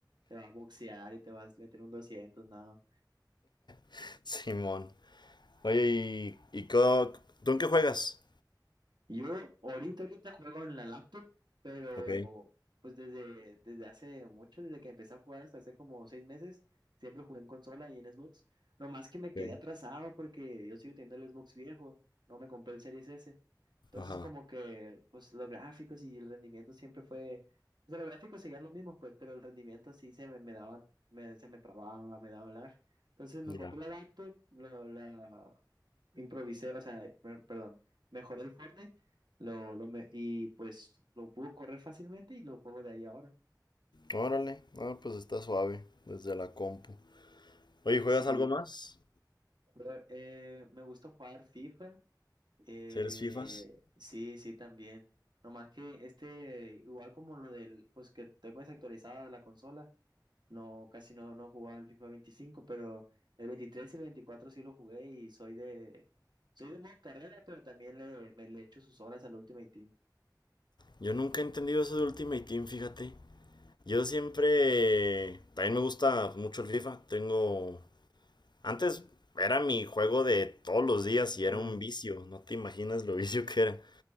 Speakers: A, on the right; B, on the left.
A: te va a boxear y te vas a meter un 200 nada.
B: <laughs> Simón. Oye, ¿y, y co- tú en qué juegas?
A: Yo ahorita, ahorita juego en la laptop, pero
B: Ok,
A: pues desde, desde hace mucho, desde que empecé a jugar hasta hace como seis meses, siempre jugué en consola y en Xbox. No más que me
B: ok.
A: quedé atrasado porque yo sigo teniendo el Xbox viejo, no me compré el Series S. Entonces
B: Ajá,
A: como que pues los gráficos y el rendimiento siempre fue, o sea, los gráficos seguían los mismos pues, pero el rendimiento sí se me, me daban, me- se me trababa, me daba lag. Entonces me
B: ya.
A: compré la laptop, la, la improvisé, o sea, per- perdón, mejoré el Fortnite lo, lo me- y pues lo pude correr fácilmente y lo juego de ahí ahora.
B: Órale, ah, pues está suave desde la compu. Oye, ¿juegas
A: Sí,
B: algo más?
A: pero, eh, me gusta jugar FIFA. eh,
B: ¿Eres FIFAs?
A: sí, sí, también. Nomás que este, igual como lo del, pues que tengo desactualizada la consola, no, casi no, no jugaba el FIFA 25 pero el 23 y el 24 sí lo jugué y soy de, soy de modo carrera, pero también le, me le echo sus horas al Ultimate Team.
B: Yo nunca he entendido eso de Ultimate Team, fíjate. Yo siempre... También me gusta mucho el FIFA. Tengo... Antes era mi juego de todos los días y
A: Ujú.
B: era un vicio. No te imaginas lo <laughs> vicio que era.